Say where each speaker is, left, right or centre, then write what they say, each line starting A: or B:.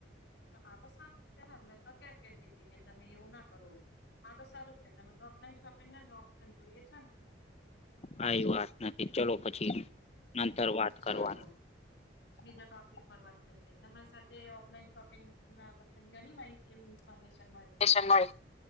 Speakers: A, on the left; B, on the left.
A: આ તો સારું છે, ને મેં તો ક્યાં કતી હતીી કે તમે એવું ના કરો હા તો સારું છે તમે તો ઓફલાઈન શોપિંગ ને ને ઓપ્શન જોઈએ છો, ને
B: કઈ વાત નથી ચલો પછી નંતર વાત
A: ચલો.
B: કરવાનુ
A: બીજા ટોપિક પર વાત કરીએ તમારી સાથે ઓફલાઈન શોપિંગ ના બલ ઘણી માહિતી એઇન્ફોમેશન મળ
B: એશ મળ